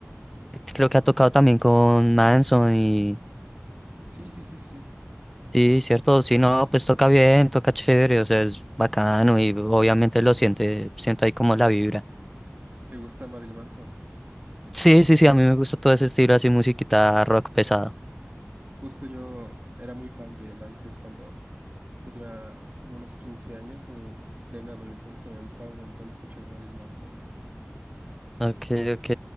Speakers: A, in the centre; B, on the right.
A: creo que ha tocado también con Manson y
B: Sí, sí, sí, sí.
A: sí, cierto, sí, no, pues toca bien, toca chévere, o sea, es bacano y obviamente lo siente, siento ahí como la vibra.
B: ¿Te gusta Marilyn Manson?
A: Sí, sí, sí, a mí me gusta todo ese estilo así, musiquita rock pesado.
B: Justo yo era muy fan de él antes cuando tenía como unos 15 años, en mi plena adolescencia. Me gustaba un montón escuchar Marilyn Manson.
A: Ok, ok.